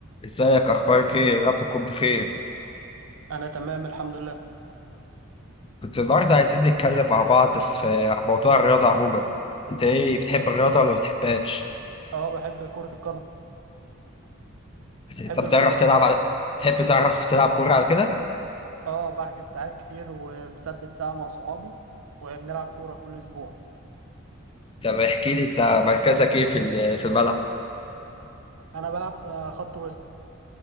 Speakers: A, on the left (about 25°); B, on the right (about 85°).
A: ازيك اخبارك ايه يا رب تكون بخير
B: انا تمام الحمد لله
A: كنت النهارده عايزين نتكلم مع بعض في عن موضوع الرياضه عموما انت ايه بتحب الرياضه ولا ما بتحبهاش
B: اه بحب كرة القدم
A: انت
B: بحب
A: بتعرف
B: الكرة
A: تلعب على تحب تعرف تلعب كوره على كده
B: اه بحجز ساعات كتير ومثبت ساعة مع صحابي وبنلعب كورة كل اسبوع
A: طب احكي لي انت مركزك ايه في ال- في الملعب
B: انا بلعب آه، خط وسط